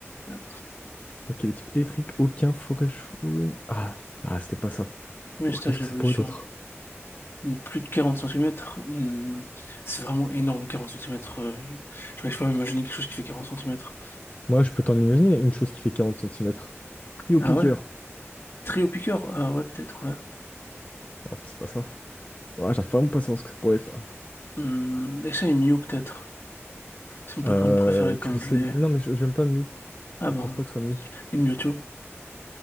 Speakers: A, on the left; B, on the left.
A: Ah,
B: Ok, les types électriques, aucun, forêt chaude. Ah, ah, c'était pas ça.
A: Premier
B: Oh,
A: stage
B: qu'est-ce
A: d'évolution.
B: que ça pourrait être d'autre?
A: Plus de 40 centimètres, hmm, c'est vraiment énorme 40 centimètres. euh, J'arrive pas à imaginer quelque chose qui fait 40 centimètres.
B: Moi, je peux t'en imaginer une chose qui fait 40 centimètres. Pris au
A: Ah
B: piqueur.
A: ouais? Très au piqueur? Ah ouais, peut-être, ouais.
B: Oh, c'est pas ça. Ouais, j'arrive vraiment pas à savoir ce que ça pourrait être là.
A: Hmm, et ça, est Mew, peut-être. C'est mon Pokémon
B: Euh,
A: préféré,
B: tu
A: comme
B: le
A: je
B: sais.
A: l'ai.
B: Non, mais je- j'aime pas Mew.
A: Ah
B: Je
A: bon,
B: pense pas que ce soit Mew.
A: et Mewtwo.